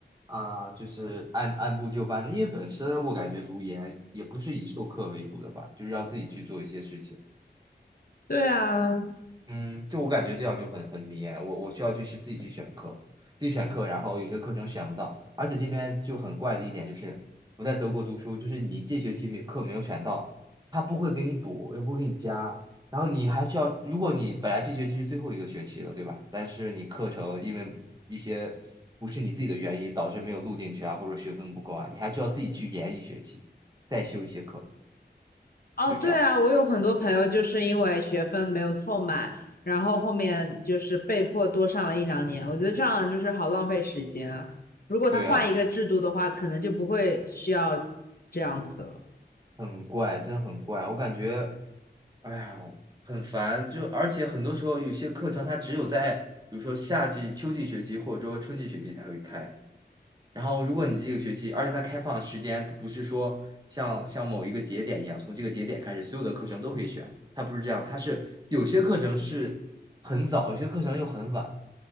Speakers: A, on the right; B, on the left.
A: 啊、就是按按部就班的，因为本身我感觉读研也不是以授课为主的吧，就是要自己去做一些事情。
B: 对啊，
A: 嗯，就我感觉这样就很很迷哎，我我需要去去自己去选课，自己选课，然后有些课程选不到，而且这边就很怪的一点就是我在德国读书，就是你这学期没课没有选到，他不会给你补，也不会给你加，然后你还需要，如果你本来这学期是最后一个学期了，对吧？但是你课程因为一些不是你自己的原因导致没有录进去啊，或者学分不够啊，你还需要自己去延一学期，再修一些课，
B: 哦，
A: 就这样。
B: 对啊，我有很多朋友就是因为学分没有凑满，然后后面就是被迫多上了一两年。我觉得这样就是好浪费时间啊。如果他换一个制度的话，
A: 对啊，
B: 可能就不会需要这样子了。
A: 很怪，真的很怪，我感觉。哎呀，很烦，就而且很多时候有些课程它只有在比如说夏季、秋季学期或者说春季学期才会开。然后如果你这个学期，而且它开放的时间，它不是说像像某一个节点一样，从这个节点开始所有的课程都可以选，它不是这样，它是有些课程是很早，有些课程又很晚。